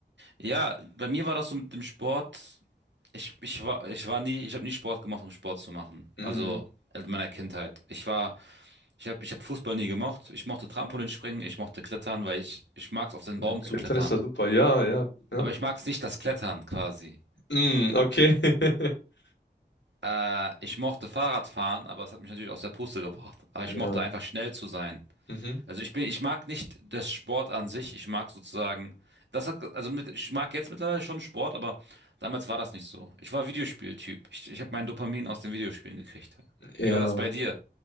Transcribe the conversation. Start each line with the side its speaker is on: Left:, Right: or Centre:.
Right: ja, bei mir war das so mit dem Sport. Ich, ich war, ich war nie, ich habe nie Sport gemacht, um Sport zu machen.
Left: Mhm.
Right: Also in meiner Kindheit. Ich war, ich habe, ich habe Fußball nie gemocht. Ich mochte Trampolinspringen, ich mochte Klettern, weil ich, ich mag es auf den
Left: Ja,
Right: Baum
Left: Klettern
Right: zu klettern.
Left: ist ja super. Ja, ja. Ja.
Right: Aber ich mag es nicht, das Klettern quasi.
Left: Mhm, okay. <laughs>
Right: Äh, ich mochte Fahrradfahren, aber es hat mich natürlich aus der Puste gebracht. Aber ich mochte
Left: Ja.
Right: einfach schnell zu sein.
Left: Mhm.
Right: Also ich bin, ich mag nicht das Sport an sich. Ich mag sozusagen, das hat, also mit, ich mag jetzt mittlerweile schon Sport, aber damals war das nicht so. Ich war Videospieltyp. Ich, ich habe mein Dopamin aus den Videospielen gekriegt.
Left: Ja.
Right: Wie war das bei dir?